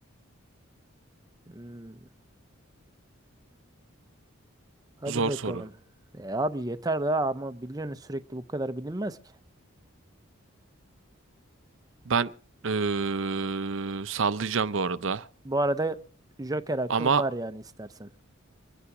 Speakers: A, on the right; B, on the right.
A: Hmm, hadi
B: Zor
A: bakalım.
B: soru.
A: E abi yeter daha ama biliyorsun sürekli bu kadar bilinmez ki.
B: Ben eee, sallayacağım bu arada.
A: Bu arada Joker hakkın
B: Ama
A: var yani istersen.